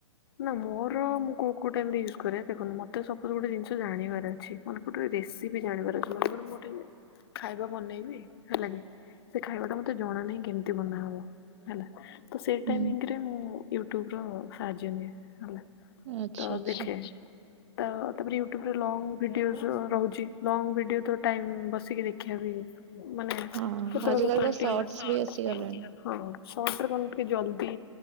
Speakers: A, on the left; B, on the right.
A: ନା ମୋର ମୁଁ କୋଉ କୋଉ ଟାଇମରେ ୟୁଜ କରେ ଦେଖନ୍ତୁ ମତେ ସପୋଜ ଗୋଟେ ଜିନିଷ ଜାଣିବାର ଅଛି ମନେକର ଗୋଟେ ରେ ରେସିପି ଜାଣିବାର ଅଛି ମନେକର ମୁଁ ଗୋଟେ ଖାଇବା ବନେଇବି। ହେଲା କି ସେ ଖାଇବା ଟା ମତେ ଜଣା ନାହିଁ କେମିତି ବନାହବ ହେଲା। ତ ସେଇ
B: ହୁଁ।
A: ଟାଇମିଙ୍ଗରେ ମୁଁ ୟୁଟ୍ୟୁବର ସାହାଯ୍ୟ ନିଏ। ହେଲା
B: ଆଚ୍ଛା
A: ତ
B: ଆଚ୍ଛା
A: ଏବେ ଖେ ତ ତାପରେ ୟୁଟ୍ୟୁବରେ ଲଙ୍ଗ ଭିଡିଓସ ରହୁଚି ଲଙ୍ଗ ଭିଡିଓ ତ ଟାଇମ ବସିକି ଦେଖିବା ବି ମାନେ
B: ହଁ
A: କେତେବେଳେ
B: ଆଜିକାଲି
A: କେତେବେଳେ,
B: ତ ସର୍ଟସ ବି ଆସିଗଲାଣି।
A: ହଁ। ସର୍ଟ ରେ କଣ ଟିକେ ଜଲଦି